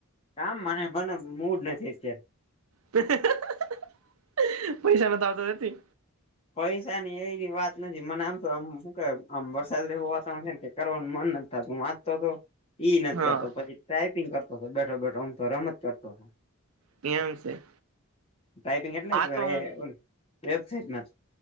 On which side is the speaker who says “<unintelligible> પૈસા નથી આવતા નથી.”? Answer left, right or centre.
Right